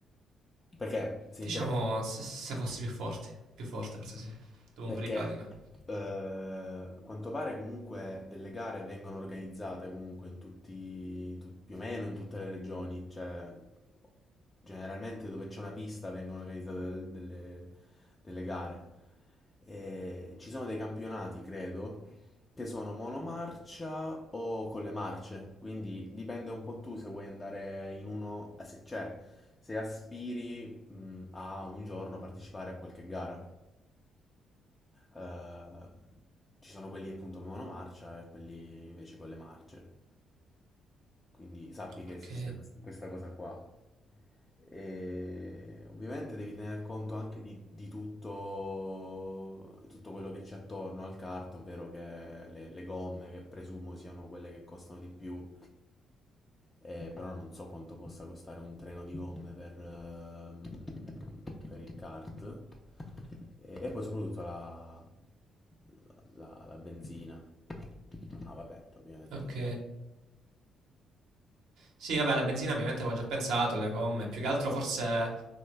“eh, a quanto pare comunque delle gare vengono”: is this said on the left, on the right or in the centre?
Left